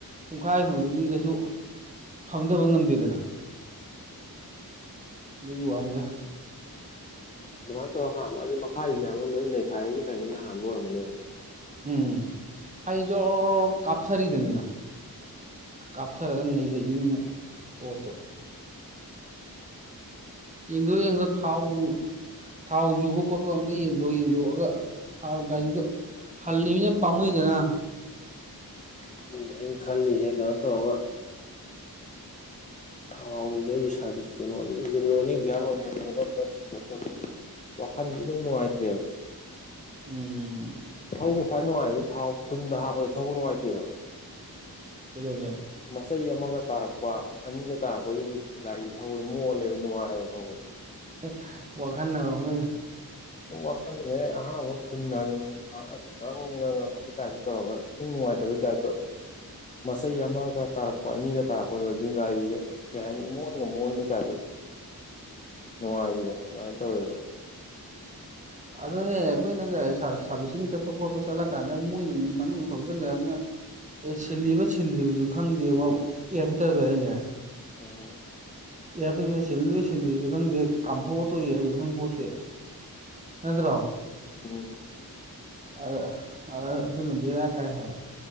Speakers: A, on the right; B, on the left.
A: ꯄꯨꯡꯈꯥꯏ ꯑꯃ ꯑꯗꯨꯗꯤ ꯀꯩꯁꯨ ꯐꯝꯊꯕ ꯉꯝꯗꯦꯗꯅ ꯗꯨꯒꯤ ꯋꯥꯅꯤꯗ
B: ꯑꯗꯨꯃꯥꯏꯅ ꯇꯧꯔ ꯍꯥꯟꯕ ꯑꯗꯤ ꯃꯈꯥꯒꯤ ꯃꯌꯥꯝꯗꯣ ꯂꯣꯏ ꯅꯩꯈꯥꯏꯔꯒꯤ ꯇꯥꯏꯃꯤꯡꯗ ꯍꯥꯟꯕ ꯑꯣꯏꯔꯝꯒꯅꯦꯕ
A: ꯎꯝ ꯍꯥꯏ ꯖꯣꯔ ꯀꯥꯞꯊꯔꯤꯗꯦꯅ ꯀꯥꯞꯊꯔꯒ ꯅꯩꯔꯛꯏꯅꯤꯅ ꯄꯣꯠꯇꯣ ꯌꯦꯡꯗꯣ ꯌꯦꯡꯗꯣ ꯊꯥꯎꯕꯨ ꯊꯥꯎ ꯌꯨꯕ ꯈꯣꯠꯄ ꯑꯝꯇ ꯌꯦꯡꯊꯣꯛ ꯌꯦꯡꯗꯣꯛꯑꯒ ꯊꯥꯎ ꯒꯥꯔꯤꯗꯣ ꯍꯜꯂꯤꯕꯅꯤꯅ ꯄꯥꯝꯃꯨꯏꯗꯅ
B: ꯑꯗꯨꯅꯦ ꯑꯩꯅ ꯈꯜꯂꯤꯖꯦ ꯀꯩꯅꯣ ꯇꯧꯔꯒ ꯊꯥꯎꯖꯦ ꯑꯩ ꯁꯥꯔꯚꯤꯁꯁꯦ ꯀꯩꯅꯣꯅꯤ ꯏꯟꯖꯤꯟ ꯑꯣꯢꯅꯤ ꯒꯤꯌꯥꯔ ꯑꯣꯏꯅꯤ <unintelligible> ꯑꯝꯇꯪ ꯁꯤꯟꯗꯣꯛꯇꯗꯤ ꯋꯥꯈꯟꯗꯤ ꯏꯅꯨꯡ ꯅꯨꯡꯉꯥꯏꯇ꯭ꯔꯦꯕ
A: ꯎꯝ
B: ꯊꯧꯕ ꯈ꯭ꯋꯥꯏ ꯅꯨꯡꯉꯥꯏꯕ ꯊꯥꯎ ꯐꯨꯟꯗ ꯍꯥꯞꯄꯁꯨ ꯊꯧꯕ ꯅꯨꯡꯉꯥꯏꯇꯦꯕ
A: ꯀꯩꯗꯧꯒꯦ
B: ꯆꯩ ꯑꯃꯒ ꯇꯥꯔꯛꯄ ꯑꯅꯤꯒ ꯇꯥꯔꯛꯄꯩꯗꯨꯗꯤ ꯒꯥꯔꯤꯖꯦ ꯊꯧꯕ ꯃꯣꯜꯂꯦꯕ ꯅꯨꯡꯉꯥꯏꯑꯦꯕ ꯊꯧꯕ
A: ꯍꯦ ꯋꯥꯈꯟꯅ ꯑꯣꯢꯔꯝꯒꯅꯤꯗ
B: ꯁꯨꯝ ꯋꯥꯈꯜꯗꯅꯦ ꯑꯍꯥꯟꯕ ꯐꯨꯟ ꯍꯥꯟꯖꯤꯟꯕꯗ ꯑꯁ ꯉꯔꯪ ꯉꯪꯈꯠꯄꯩ ꯇꯥꯏꯞ ꯇꯧꯔꯒ ꯁꯨꯝ ꯅꯨꯡꯉꯥꯏꯇꯕꯩ ꯇꯥꯢꯞ ꯇꯧ ꯃꯆꯩ ꯑꯃꯒ ꯇꯥꯔꯛꯄ ꯑꯅꯤꯒ ꯇꯥꯔꯛꯄ ꯑꯗꯨꯗꯒꯤ ꯒꯥꯔꯤꯖꯦ ꯀꯩ ꯍꯥꯏꯅꯤ ꯏꯃꯣꯟꯒ ꯃꯣꯟꯕꯩ ꯇꯥꯢꯞ ꯇ ꯅꯨꯡꯉꯥꯏꯕꯤꯗꯣ ꯑꯗꯨꯃꯥꯏꯅ ꯇꯧꯋꯦꯕ
A: ꯑꯗꯨꯅꯦ ꯑꯩꯈꯣꯏꯅꯒ ꯁꯥ ꯁꯥꯕꯤꯁꯤꯡ ꯆꯠꯄ ꯈꯣꯠꯄ ꯆꯠꯂꯀꯥꯟꯗ ꯃꯣꯏꯅ ꯃꯅꯨꯡꯗ ꯊꯧꯖꯤꯟꯒꯔꯕꯅꯤꯅ ꯑꯦ ꯁꯤꯜꯂꯤꯕ ꯁꯤꯟꯗ꯭ꯔꯤꯕꯁꯨ ꯈꯪꯗꯦ ꯋꯥ ꯏꯌꯥꯔꯐꯤꯠꯇꯔꯗ <unintelligible>
B: ꯑꯣ
A: ꯏꯌꯔꯐꯤꯜꯇꯔ ꯁꯤꯂꯤꯔ ꯁꯤꯟꯗ꯭ꯔꯤꯔꯁꯨ ꯈꯪꯗꯦ ꯀꯥꯝꯊꯣꯛꯑ ꯇꯣꯛꯏꯔꯖꯨ ꯈꯪ ꯄꯣꯠꯇꯦ ꯅꯠꯇ꯭ꯔꯣ
B: ꯎꯝ
A: ꯑꯥ ꯑꯥ ꯑꯗꯨꯅ ꯕꯦꯔꯥ ꯀꯥꯏ ꯍꯥꯏꯕ